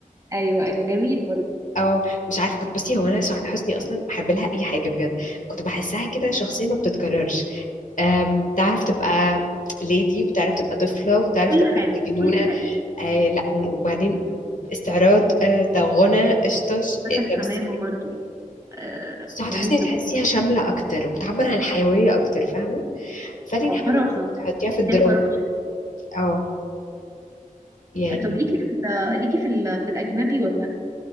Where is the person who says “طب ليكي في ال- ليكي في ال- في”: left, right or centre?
Right